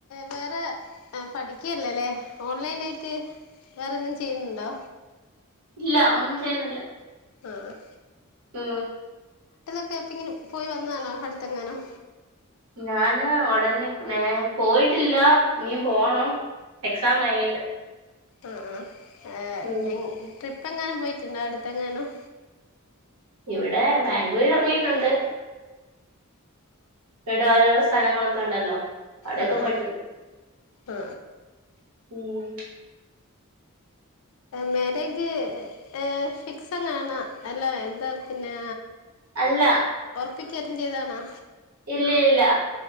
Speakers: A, on the left; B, on the right.
A: വേറെ ആ പഠിക്കെയെല്ലെലേ? ഓൺലൈനായിട്ട് വേറെന്തേം ചെയ്യുന്നുണ്ടോ
B: ഇല്ല ഒന്നും ചെയ്യുന്നില്ല
A: ആഹ്
B: മ്
A: ഇപ്പേപ്പിങ്ങിനും പോയി വന്നതാണോ അടുത്തെങ്ങാനും
B: ഞാന് ഉടനെ പോയിട്ടില്ല ഇനിയും പോണം എക്സാം കഴിഞ്ഞിട്ട്
A: ആഹ് ആഹ്
B: ഉം
A: ഏഹ് എങ് ട്രിപ്പ് ഇപ്പെങ്ങാനും പോയിട്ടുണ്ടോ അടുത്തെങ്ങാനും
B: ഇവിടെ ബാംഗ്ലൂര് കറങ്ങീയിട്ടുണ്ട് ഇവടോരോരോ സ്ഥലങ്ങളൊക്ക്ണ്ടല്ലോ അവിടെയൊക്കെ
A: ആ
B: പോയിട്ടുണ്ട്
A: ആ ആ
B: ഉം
A: മേരേജ് ഏഹ് ഫിക്സടാണോ അല്ലേ എന്താപിന്നെ
B: അല്ല
A: ഒറപ്പിക്കേമറ്റേം ചെയ്താണാ
B: ഇല്ലയില്ല